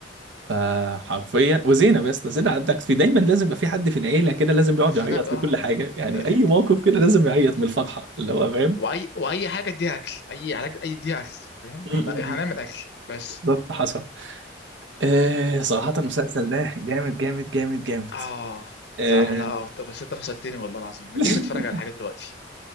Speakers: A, on the right (about 75°); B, on the left (about 60°).
A: فحرفيا وزينب يا اسطى زينب عندك في دايما لازم يبقى في حد في العيله كده لازم يقعد
B: زينب
A: يعيط
B: بقى
A: من كل حاجه يعني
B: أذيت
A: اي موقف كده لازم يعيط من الفرحه اللي هو فاهم
B: واي واي حاجه اديها اكل اي علاج اي اديها اكل فاهم
A: م-
B: احنا
A: م-
B: إحنا
A: م.
B: هنعمل اكل بس
A: بالظبط حصل آه صراحه المسلسل ده جامد جامد جامد جامد
B: اه
A: آه
B: صراحه لا اه طب بس انت فصلتني والله العظيم ما
A: <laughs>
B: تيجي نتفرج على حاجه دلوقتي